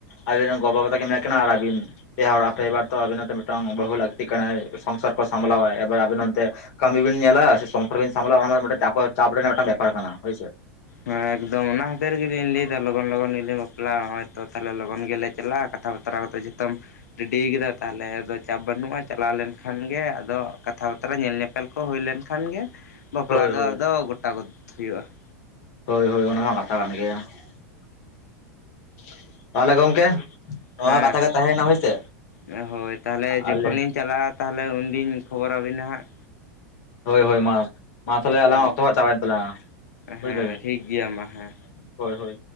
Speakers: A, on the left (about 60°); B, on the left (about 75°).
A: ᱟᱵᱤᱱ ᱨᱮᱱ ᱜᱚ ᱵᱟ-ᱵᱟ ᱛᱟᱠᱚ ᱠᱤᱱ ᱦᱮᱜ ᱠᱟᱱᱟ ᱟᱹᱵᱤᱱ ᱯᱮ ᱦᱚᱲ ᱯᱮ ᱮᱵᱟᱨ ᱛᱚ ᱟᱵᱤᱱ ᱟᱜ ᱢᱤᱫᱴᱟᱝ ᱵᱟᱹᱦᱩ ᱞᱟᱹᱠᱛᱤ ᱠᱟᱱᱟᱭ ᱥᱚᱝᱥᱟᱨ ᱠᱚ ᱥᱟᱢᱵᱞᱟᱟᱭ ᱮᱵᱟᱨ ᱟᱵᱤᱱ ᱱᱚᱱᱛᱮ ᱠᱟᱹᱢᱤ ᱵᱤᱱ ᱧᱮᱞᱟ ᱥᱮ ᱥᱚᱝᱥᱟᱨ ᱵᱤᱱ ᱥᱟᱢᱵᱞᱟ ᱚᱱᱟ ᱢᱤᱫ ᱪᱟ ᱪᱟᱯ ᱨᱮᱱᱟᱜ ᱢᱤᱫᱴᱟᱝ ᱵᱮᱯᱟᱨ ᱠᱟᱱᱟ ᱦᱳᱭᱥᱮ
B: ᱦᱮᱸ ᱮᱠᱫᱚᱢ ᱚᱱᱟ ᱦᱚᱛᱮᱫ ᱨᱮᱜᱮᱞᱤᱧ ᱞᱟᱹᱭ ᱮᱟ ᱞᱚᱜᱚᱱ- ᱞᱚᱜᱚᱱ ᱜᱮᱞᱤ ᱧᱜ ᱵᱟᱯᱞᱟᱼᱟ ᱦᱳ ᱛᱚ ᱛᱟᱦᱮ ᱞᱚᱜᱚᱱ ᱜᱮᱞᱮ ᱪᱟᱞᱟᱜᱼᱟ ᱠᱟᱛᱷᱟ <unintelligible> ᱨᱮᱰᱤᱭ ᱠᱟᱫᱟ ᱛᱟᱦᱚᱞᱮ ᱟᱫᱚ ᱪᱟᱯ ᱵᱟᱹᱱᱩᱜ-ᱟ ᱪᱟᱞᱟᱣ ᱞᱮᱱᱠᱷᱟᱱ ᱜᱮ ᱟᱫᱚ ᱠᱟᱛᱷᱟ ᱵᱟᱛᱨᱟ ᱧᱮᱞ ᱧᱮᱯ ᱮᱞ ᱠᱚ ᱦᱩᱭ ᱞᱮᱱ ᱠᱷᱟᱱ ᱜᱮ ᱵᱟᱯᱞᱟ
A: ᱦᱳᱭ
B: ᱫᱚ
A: ᱦᱳᱭ
B: ᱟᱫᱚ ᱜᱚᱴᱟ ᱜᱚᱫᱷ ᱦᱩᱭᱩᱜᱼᱟ ᱾
A: ᱦᱳᱭ ᱦᱳᱭ ᱚᱱᱟᱢᱟ ᱠᱟᱛᱷᱟ ᱠᱟᱱ ᱜᱮᱭᱟ ᱾ ᱛᱟᱦᱚᱞᱮ ᱜᱚᱝᱠᱮ
B: ᱚ
A: ᱱᱚᱣᱟ
B: ᱦᱮᱸ
A: ᱠᱟᱛᱷᱟ ᱜᱮ ᱛᱟᱦᱮᱸᱭᱮᱱᱟ ᱦᱳᱭᱥᱮ
B: ᱦᱳᱭ ᱛᱟᱦᱚᱞᱮ ᱡᱚᱠᱷᱚᱱ
A: ᱟᱞᱮ
B: ᱞᱤᱧ ᱪᱟᱞᱟᱜᱼᱟ ᱛᱟᱦᱚᱞᱮ ᱩᱱᱫᱤᱧ ᱠᱷᱚᱵᱚᱨ ᱟᱵᱤᱱᱟ ᱦᱟᱸᱜ
A: ᱦᱳᱭ ᱦᱳᱭ ᱢᱟ ᱢᱟ ᱛᱟᱦᱞᱮ ᱟᱞᱟᱝ
B: ᱦᱟᱸᱜ᱾
A: ᱚᱠᱛᱚ ᱦᱟ ᱪᱟᱵᱟᱭᱮᱱ ᱛᱟᱞᱟᱝ-ᱟ, ᱵᱩᱡ
B: ᱦᱮᱸ
A: ᱫᱮᱵᱮᱱ
B: ᱴᱷᱤᱠ ᱜᱮᱭᱟ ᱢᱟ
A: ᱾
B: ᱦᱮᱸ᱾
A: ᱦᱳᱭ ᱦᱳᱭ